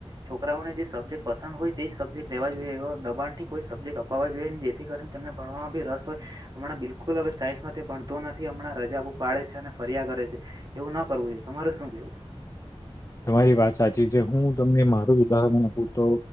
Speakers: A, on the right (about 40°); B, on the left (about 30°).
A: છોકરાઓને જે સબ્જેક્ટ પસંદ હોય તે જ સબ્જેક લેવા જોઈએ એવા દબાણથી કોઈ સબ્જેક્ટ અપવા જોઈએ ની જેથી કરીને ભણવામાં બી રસ હોય હમણા બિલકુલ હવે સાયન્સમાં ભણતો નથી હમણાં રજાઓ પાડે છે, અને ફ રીયા કરે છે, એવું ના કરવું જોઈએ તમારે શું કેવું?
B: તમારી વાત સાચી છે, હું તમને મારું જ ઉદાહરણ આપું તો